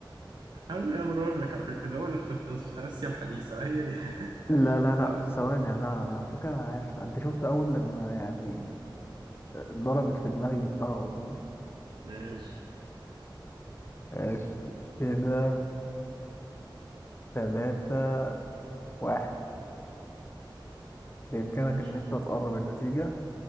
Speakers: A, on the right; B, on the left.
A: عارف انا بجاوب لك على فكره دوله في, في في اسيا الحديثه هي دي <laughs>
B: لا لا
A: صح
B: لا ثواني لا انا على فكره انا عارف انت شفت اول لما يعني ضربت في دماغي جبتها على طول
A: ماشي
B: ماشي كده ثلاثة واحد بإمكانك
A: ماشي
B: إن أنت تقرب النتيجة